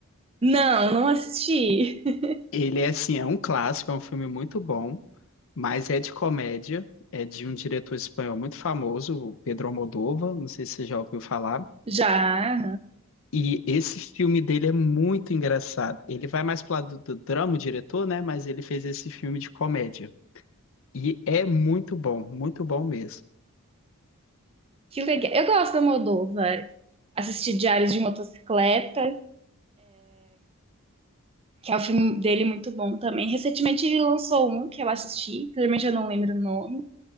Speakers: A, on the right; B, on the left.
A: Não, não assisti. <laughs>
B: Ele é assim, é um clássico, é um filme muito bom, mas é de comédia, é de um diretor espanhol muito famoso, o Pedro Almodóvar, não sei se você já ouviu falar.
A: Já.
B: E esse filme dele é muito engraçado. Ele vai mais pro lado do, do drama, o diretor, né? Mas ele fez esse filme de comédia. E é muito bom, muito bom mesmo.
A: Que legal. Eu gosto do Almodóvar. Assisti Diários de Motocicleta, que é o filme dele muito bom também. Recentemente ele lançou um que eu assisti, que realmente eu não lembro o nome.